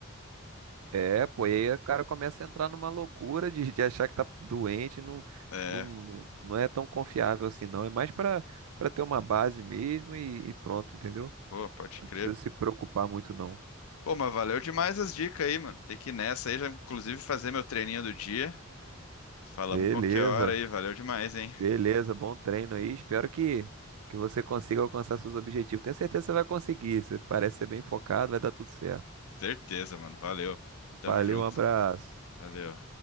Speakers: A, on the right (about 85°); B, on the left (about 80°).
A: É, pô, e aí o cara começa a entrar numa loucura de, de achar que tá doente, não,
B: É,
A: não, não é tão confiável assim, não. É mais pra, pra ter uma base mesmo e, e pronto, entendeu?
B: pô, pode
A: Você não
B: crer.
A: precisa se preocupar muito, não.
B: Pô, mas valeu demais as dicas aí, mano. Tem que ir nessa aí, já inclusive fazer meu treininho do dia. Falamos
A: Beleza,
B: qualquer hora aí, valeu demais, hein?
A: beleza, bom treino aí. Espero que, que você consiga alcançar seus objetivos. Tenho certeza que você vai conseguir. Você parece ser bem focado, vai dar tudo certo.
B: Certeza, mano. Valeu. Tamo
A: Valeu,
B: junto.
A: um abraço.
B: Valeu.